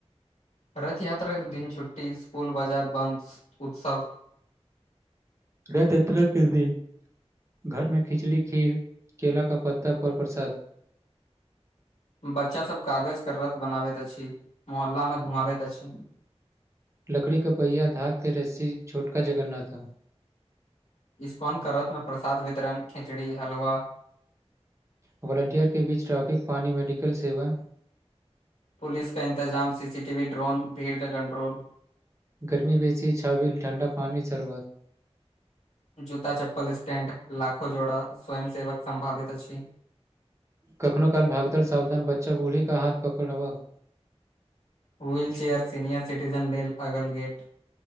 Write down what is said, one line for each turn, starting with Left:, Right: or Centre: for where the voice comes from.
Left: रथ यात्रा दिन छुट्टी स्कुल बाजार बन्द उत्सव
Right: रथ यात्रा के दिन घरमे खिचड़ी खीर केेल का पत्ता पर प्रसाद
Left: बच्चासभ कागजके रथ बनाबैत अछि मोहल्लामे घुमाबैत अछि
Right: लकड़ी क पहियाा धाक के रस्सि छोटका जगन्नाथाम
Left: इपन क रथमे प्रसाद वितरण खिचड़ी हलवा
Right: वोलेंटियर के बीच ट्रैफिक पानी मेडिकल सेवा
Left: पुलिस क इन्तजाम C C T V drone भीड़ क कंट्रोल
Right: गरमी बेसी छाबील ठंडा पानी सरवत
Left: जूता चप्पल स्टैंड लाखो जोड़ा स्वयं सेवक संभालित अछि
Right: कखनो काल भागदड़ सावधान बच्चा बूढ़ी का हाथ पकड़ बाक
Left: व्हील चेयर सीनियर सिटीजन लेल अगल गेट